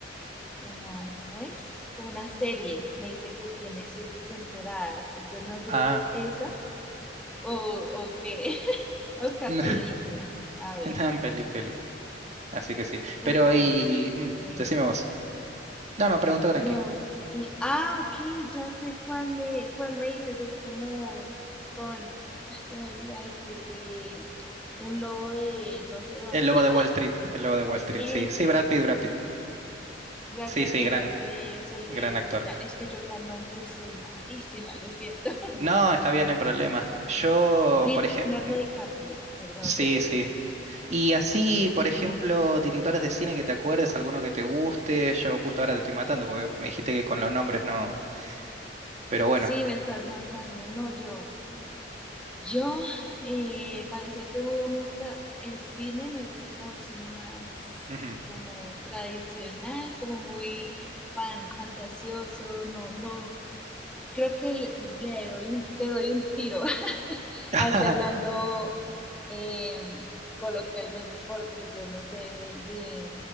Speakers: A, in the centre; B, on the right (about 40°).
A: una, ¿cómo es? Como una serie. Me dice que tiene siete temporadas. Entonces no sé
B: ah,
A: si es esa o, o qué. <laughs> A buscar
B: <laughs> nada
A: película. A ver,
B: en peli, en peli, así que sí.
A: pero
B: Pero y, mm,
A: dime.
B: decime vos. No, no, pregunta tranqui.
A: No, y ah, ok, ya sé cuál me, cuál me dices, es como con, ay, se me olvida este, el de un lobo de no sé dónde,
B: El lobo de Wall Street, el lobo de Wall Street,
A: <laughs>
B: sí,
A: ese,
B: sí, Brad Pitt, Brad Pitt,
A: Brad
B: sí,
A: Pitt,
B: sí,
A: y
B: gran,
A: el otro es el
B: gran
A: del
B: actor.
A: Titán, es que yo para nombres soy malísima, lo siento, <laughs>
B: No, está bien, no hay problema. Yo,
A: Leonardo
B: por ejemplo,
A: DiCaprio, perdón,
B: sí,
A: perdón,
B: sí. Y así, por ejemplo, directores de cine que te acuerdes, alguno que te guste. Yo justo ahora te estoy matando porque me dijiste que con los nombres no. Pero bueno.
A: sí, me estás matando, no, yo, Yo, eh, para serte muy honesta, el cine me gusta como el cine más
B: Ujú.
A: como tradicional, como muy fan, fantasioso, no, no, creo que le, le doy un, te doy un tiro
B: <laughs>
A: así hablando eh, coloquialmente, porque yo no sé de, de,